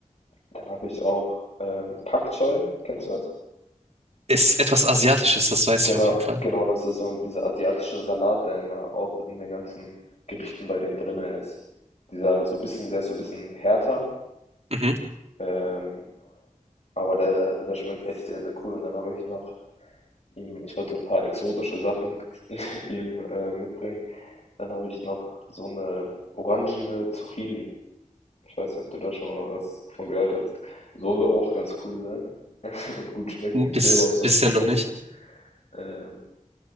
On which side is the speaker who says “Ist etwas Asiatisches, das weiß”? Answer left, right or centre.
Right